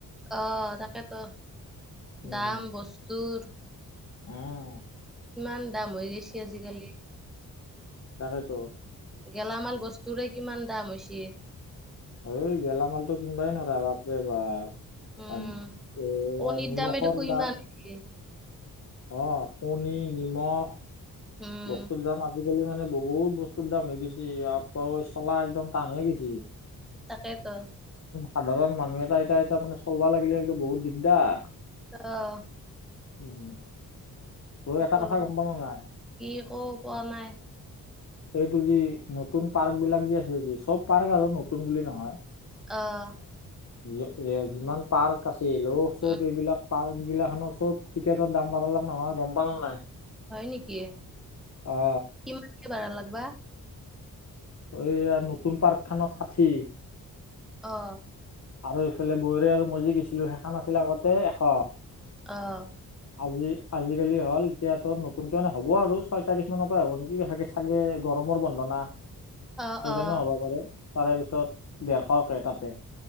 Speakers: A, in the centre; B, on the left (about 45°).
A: অ' তাকেটো
B: উম
A: দাম বস্তুৰ
B: উম।
A: কিমান দাম হৈ গৈছে আজিকালি
B: তাকেটো
A: গেলামাল বস্তুৰে কিমান দাম হৈছে।
B: এই গেলামালটো কিনবাই নোৱাৰা বাপৰে বা
A: উম
B: এই
A: কণীৰ
B: নিমখৰ
A: দামে দেখোন ইমান
B: দাম
A: হৈছে।
B: অ' কণী নিমখ
A: উম
B: বস্তু দাম আজি আজিকালি মানে বহুত বস্তুৰ দাম হৈ গৈছে আপাঐ চলা একদম টান হয় গৈছি।
A: তাকেতো
B: সাধাৰণ মানুহ এটা এটা এটা মানে চলবা লাগিলে একদম বহুত দিগদাৰ
A: অহ'
B: উম। অ' এটা
A: কৰবি
B: কথা গ'ম পাওঁ না নাই?
A: কি একো পোৱা নাই
B: এইটো যি নতুন পাৰ্ক বিলাক যি আছিল। যি চ'ব পাৰ্ক আৰু নতুন বুলি নহয়।
A: অহ'
B: এ এ যিমান পাৰ্ক আছিল অ' চ'ব
A: উ
B: এইবিলাক পাৰ্ক বিলাখানো চ'ব টিকেটৰ দাম বালে নহয় গ'ম পালা নে নাই?
A: হয় নেকি।
B: অ
A: কিমানকে বাঢ়লাক বা
B: এইয়া নতুন পাৰ্ক খানৰ ষাঠি।
A: অহ।
B: আৰু এইফালে বৌৰে আৰু মজি গৈছিলো সেইখন আছিল আগতে এশ।
A: অহ।
B: আজি আজিকালি হ'ল এতিয়াতো নতুনকে মানে হ'ব আৰু ছয় তাৰিখ মানৰ পৰা হ'ব নেকি গে চাগে গৰম মৰ বন্ধনা সেইকাৰণেও
A: অ অ
B: হ'ব পাৰে তাৰে পিছত ডেৰশকে তাতে।